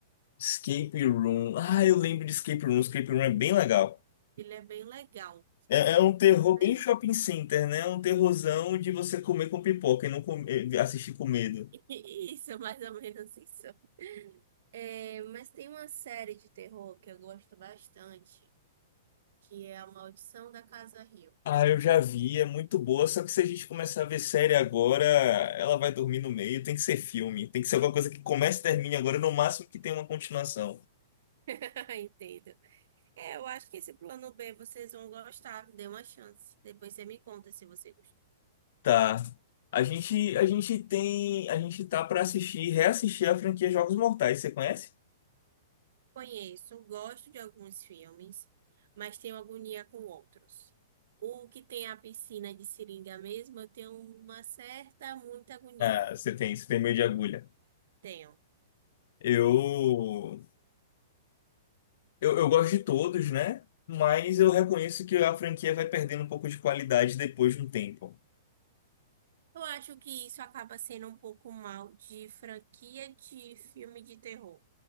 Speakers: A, on the left; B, on the right.
A: Escape Room. Ah, eu lembro de Escape Room. Escape Room é bem legal.
B: Ele é bem legal.
A: É, é um terror
B: Ai.
A: bem shopping center, né? É um terrorzão de você comer com pipoca e não comer- assistir com medo.
B: <laughs> Isso, é mais ou menos isso. É, mas tem uma série de terror que eu gosto bastante, que é A Maldição da Casa Rio.
A: Ah, eu já vi, é muito boa, só que se a gente começar a ver série agora, ela vai dormir no meio, tem que ser filme, tem que ser alguma coisa que comece e termine agora, no máximo que tenha uma continuação.
B: <laughs> Entendo. É, eu acho que esse plano B vocês vão gostar. Dê uma chance. Depois você me conta se você gostou.
A: Tá. A gente, a gente tem, a gente tá pra assistir, reassistir a franquia Jogos Mortais, você conhece?
B: Conheço, gosto de alguns filmes, mas tenho agonia com outros. O que tem a piscina de seringa mesmo, eu tenho uma certa, muita agonia.
A: Ah, você tem, você tem meio de agulha.
B: Tenho.
A: Eu, eu, eu gosto de todos, né? Mas eu reconheço que a franquia vai perdendo um pouco de qualidade depois de um tempo.
B: Eu acho que isso acaba sendo um pouco mal de franquia de filme de terror.